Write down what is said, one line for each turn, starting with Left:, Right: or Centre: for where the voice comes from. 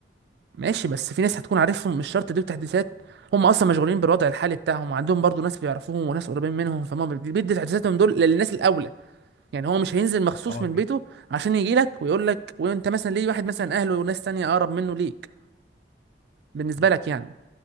Right: ماشي بس في ناس هتكون عارفهم مش شرط يديك تحديثات هم اصلا مشغولين بالوضع الحالي بتاعهم وعندهم برضه ناس بيعرفوهم وناس قريبين منهم فهم بي- بيدي تحديثاتهم دول للناس الاولى يعني هو مش هينزل مخصوص
Left: اه
Right: من
Left: فهمت
Right: بيته عشان يجي لك ويقول لك وانت مثلا ليه واحد مثلا اهله وناس تانية اقرب منه ليك بالنسبه
Left: تمام
Right: لك يعني